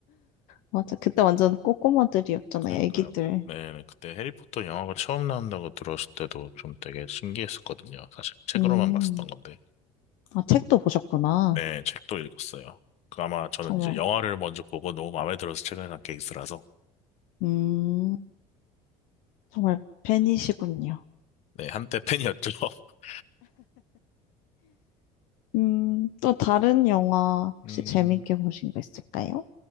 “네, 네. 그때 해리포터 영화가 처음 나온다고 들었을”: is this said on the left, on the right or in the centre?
Left